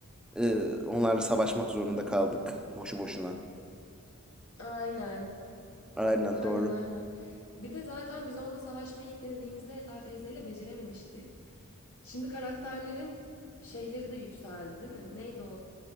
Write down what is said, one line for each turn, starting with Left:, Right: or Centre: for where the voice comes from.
Centre: e, onlarla savaşmak zorunda kaldık boşu boşuna.
Left: Aynen.
Centre: Aynen
Left: Aynen
Centre: doğru.
Left: aynen. Bir de zaten biz onunla savaşmayı ilk denediğimizde Ethel teyzeyle becerememiştik. Şimdi karakterlerin şeyleri de yükseldi değil mi? Neydi o